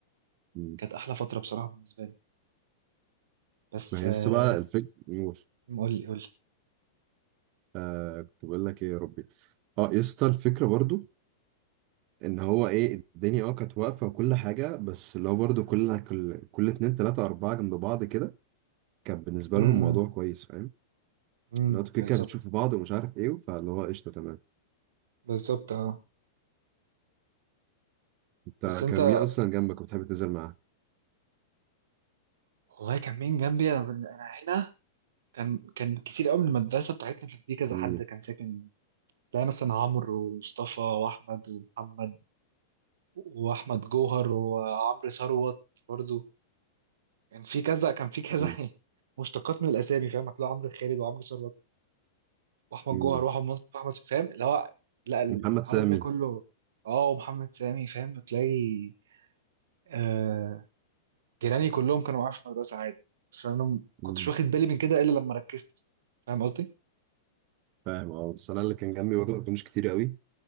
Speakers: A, on the right; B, on the right.
A: مم.
B: كانت احلى فتره بصراحه بالنسبه لي بس
A: ما هي
B: آه
A: لسه بقى الفكره نور
B: قول لي قول لي
A: آه كنت بقول لك ايه يا ربي اه يسطا الفكره برضو ان هو ايه الدنيا اه كانت واقفه وكل حاجه بس اللي هو برضه كل كل كل اتنين تلاته اربعه جنب بعض كده كان بالنسبه
B: امم
A: لهم موضوع كويس فاهم
B: امم،
A: اللي هو انتوا كده
B: بالظبط
A: كده بتشوفوا بعض ومش عارف ايه فاللي هو قشطه تمام
B: بالظبط اه
A: انت
B: بس انت
A: كان مين اصلا جنبك وبتحب تنزل معاه؟
B: والله كان مين جنبي انا بن- أنا هنا كان كان كتير قوي من المدرسه بتاعتنا كان في كذا
A: مم،
B: حد كان ساكن تلاقي مثلا عمرو ومصطفى واحمد ومحمد واحمد جوهر وعمرو ثروت برضو كان في كذا كان في كذا
A: مم،
B: <laughs> مشتقات من الاسامي فاهم هتلاقي عمرو خالد وعمرو ثروت واحمد
A: مم.
B: جوهر واحمد مصطفى واحمد فاهم اللي هو لا ال-
A: ومحمد
B: العدد
A: سامي
B: ده كله اه ومحمد سامي فاهم بتلاقي آه جيراني كلهم كانوا معايا في المدرسه عادي بس انا م- كنتش
A: مم،
B: واخد بالي من كده الا لما ركزت فاهم قصدي
A: فاهم اه بس انا اللي كان جنبي برضه ما كانوش كتير قوي